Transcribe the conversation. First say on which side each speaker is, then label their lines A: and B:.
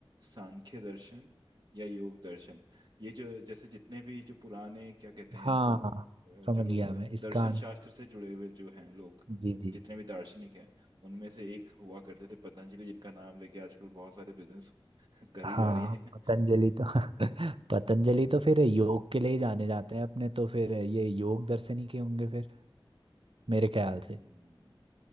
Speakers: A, on the right; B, on the right.
A: सांख्य दर्शन या योग दर्शन ये जो जैसे जितने भी जो पुराने क्या कहते हैं
B: हाँ
A: इनको अ,
B: समझ
A: जो लोग
B: गया
A: होते हैं
B: मैं इसका
A: दर्शन शास्त्र से जुड़े हुए जो हैं लोग
B: जी जी
A: जितने भी दार्शनिक हैं उनमें से एक हुआ करते थे पतंजलि जिनका नाम लेके आजकल बहुत सारे बिजनेस <laughs> करी
B: हाँ
A: जा रही हैं
B: पतंजलि तो <laughs> पतंजलि तो फिर योग के लिए ही जाने जाते हैं अपने तो फिर ये योग दर्शन ही के होंगे फिर मेरे ख्याल
A: हम्म,
B: से